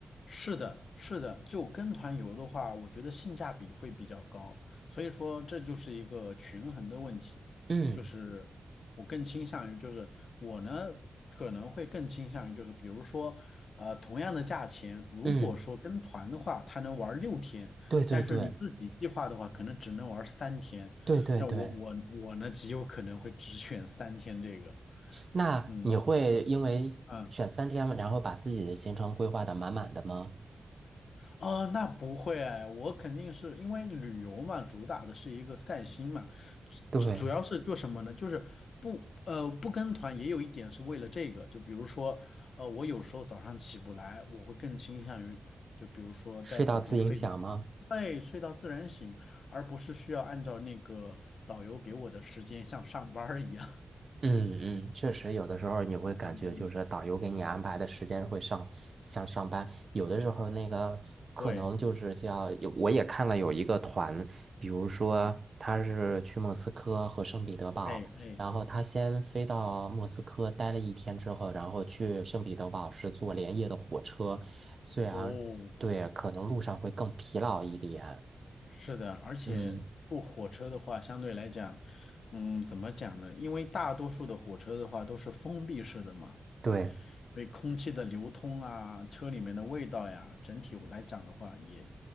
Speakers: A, on the left (about 75°); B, on the right (about 45°).
A: 是的，是的，就跟团游的话，我觉得性价比会比较高，所以说这就是一个权衡的问题，
B: 嗯
A: 就是我更倾向于，就是我呢可能会更倾向于，就是比如说，呃，同样的价钱，如果说跟团的话，
B: 嗯，
A: 他能玩六天，
B: 对对对
A: 但是你自己计划的话，可能只能玩三天，
B: 对对对。
A: 但我我我呢极有可能会只选三天这个，
B: 那你会因为选三天，
A: 嗯。啊
B: 然后把自己的行程规划的满满的吗？
A: 哦，那不会哎我肯定是因为旅游嘛，主打的是一个散心嘛，
B: 对，
A: 主主要是做什么呢？就是不呃不跟团也有一点是为了这个，就比如说呃我有时候早上起不来，我会更倾向于就比如说在早上睡，
B: 睡到自影响吗？
A: 对，睡到自然醒，而不是需要按照那个导游给我的时间像上班儿一样，
B: 嗯嗯，确实，有的时候你会感觉就是导游给你安排的时间会上像上班，
A: <laughs> 嗯嗯，
B: 有的时候那个可能就是叫有，
A: 对
B: 我也看了有一个团，比如说他是去莫斯科和圣彼得堡，
A: 啊，哎哎，
B: 然后他先飞到莫斯科待了一天之后，然后去圣彼得堡是坐连夜的火车，虽然对可能路上会更疲劳一点，
A: 哦。是的，而且坐火车的话，
B: 嗯，
A: 相对来讲，嗯，怎么讲呢？因为大多数的火车的话都是封闭式的嘛，
B: 对。
A: 所以空气的流通啊，车里面的味道呀，整体来讲的话，也